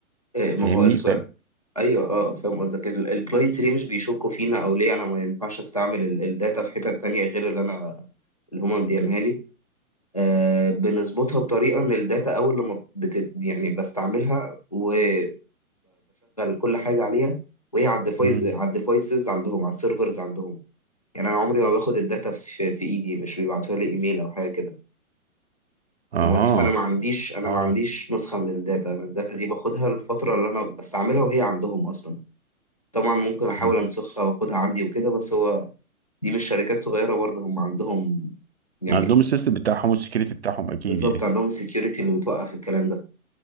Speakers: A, on the left; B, on the right.
A: إيه ما
B: فاهمني
A: هو السؤال
B: فاهم
A: ايوه اه فاهم قصدك الكلاينتس ليه مش بيشكوا فينا او ليه انا ما ينفعش استعمل الداتا في حتت تانية غير اللي انا اللي هما مديانها لي آه بنظبطها بطريقه ان الداتا اول لما بت يعني بستعملها وبشغل كل حاجه عليها وهي على الديفايس
B: مم.
A: على الديفايسز عندهم على السيرفرز عندهم يعني انا عمري ما باخد الداتا في, في ايدي مش بيبعتوها لي ايميل او حاجه كده
B: اها
A: وظيفة أنا ما عنديش أنا
B: اه
A: ما عنديش نسخة من الداتا أنا الداتا دي باخدها للفترة اللي أنا بستعملها وهي عندهم أصلا طبعا ممكن أحاول
B: مم.
A: أنسخها وأخدها عندي وكده بس هو دي مش شركات صغيرة برضه هم عندهم يعني
B: عندهم السيستم بتاعهم والسكيورتي بتاعهم اكيد
A: بالظبط
B: يعني
A: عندهم السكيورتي اللي بتوقف الكلام ده